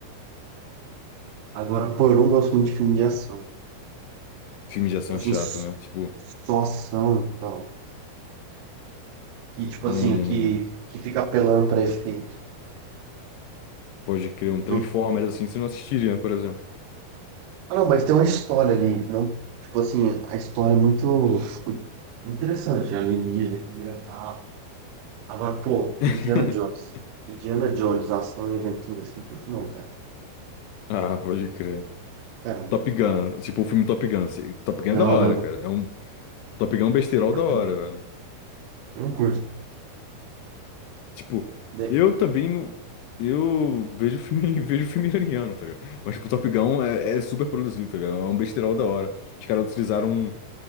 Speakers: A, on the right; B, on the left.
A: Agora, pô, eu não gosto muito de filme de ação.
B: Filmes de ação
A: Assim,
B: chato,
A: s-
B: né? Tipo.
A: só ação e tal. que tipo
B: Um,
A: assim, que, que fica apelando pra efeito.
B: pode crer, um Transformers
A: Não-
B: assim, você não assistiria, né, por exemplo.
A: Ah, não, mas tem uma história ali, não, tipo assim, a história é muito, muito interessante, a alienígena que vira carro. Agora, pô,
B: <laughs>
A: Indiana Jones. Indiana Jones, ação e aventura, assim, por que não, cara?
B: Ah, pode crer.
A: Cara,
B: Top
A: eu
B: Gun,
A: não curto.
B: tipo, o filme Top Gun. se- Top Gun
A: Não,
B: é da hora,
A: não, não.
B: cara. É um Top Gun é um besterol
A: Eu curto.
B: da hora, velho.
A: Eu não curto.
B: Tipo,
A: Né?
B: eu também não. Eu vejo filme, <laughs> vejo filme iraniano, tá ligado? Mas, tipo, Top Gun é, é super produzido, tá ligado? É um besterol da hora. Os caras utilizaram